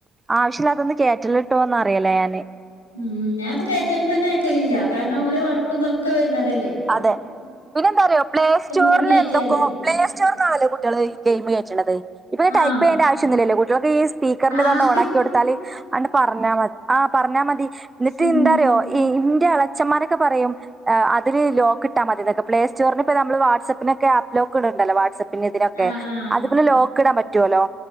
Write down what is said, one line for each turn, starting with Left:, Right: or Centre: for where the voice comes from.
Right: ആവശ്യമില്ലാത്തൊന്ന് കേറ്റല്ലെട്ടോന്നറിയല ഞാന്
Left: ഉം, ഞാൻപ്പൊ കേറ്റലും തന്നെ അയക്കലില്ല കാര്ണം ഓലോ വർക്കും തൊക്കെ വര്നതല്ലേ.
Right: അതെ. പിന്നെ എന്താറിയോ പ്ലേ സ്റ്റോർല്
Left: കൂടി കയറ്റിയാലേ
Right: എന്തൊക്കോം പ്ലേ സ്റ്റോറിന്നാണല്ലോ കുട്ട്യാള് ഈ ഗെയിമ് കേറ്റ്ണത്. ഇപ്പൊ ഈ
Left: ആഹ്
Right: ടൈപ്പ് യ്യേണ്ട ആവശ്യന്നുല്ലല്ലേ കുട്ട്യാൾക്ക് ഈ സ്പീക്കർന്റെ
Left: ആഹ്
Right: തൊണ്ട് ഓണാക്കി കൊടുത്താല് അണ്ട് പർഞ്ഞാ മതി ആഹ്‌ പർഞ്ഞാ മതി ന്ന്ട്ട്
Left: ഉം
Right: ന്താറിയോ ഇൻ്റെ എളേച്ചന്മാരൊക്കെ പറയും ഏ അ അതിന് ലോക്ക് ഇട്ടാ മതി തൊക്കെ പ്ലേസ്റ്റോറിന് ഇപ്പ നമ്മള് വാട്സപ്പിനൊക്കെ ആപ്പ് ലോക്ക് ഇട്ണ്ടല്ലോ വാട്സപ്പ് പിന്നെ ഇതിനൊക്കെ,
Left: ആഹ് ആഹ്
Right: അതുപോലെ ലോക്ക് ഇടാം പറ്റുല്ലോ.